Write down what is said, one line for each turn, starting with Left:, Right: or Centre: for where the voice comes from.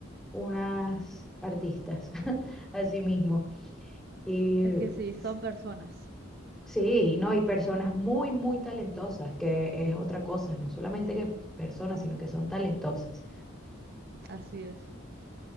Centre: unas artistas, <laughs> así mismo. Y
Right: Es que sí, son
Centre: s-
Right: personas.
Centre: sí, ¿no? Y personas muy, muy talentosas, que es otra cosa, no solamente que personas, sino que son talentosas.
Right: Así es.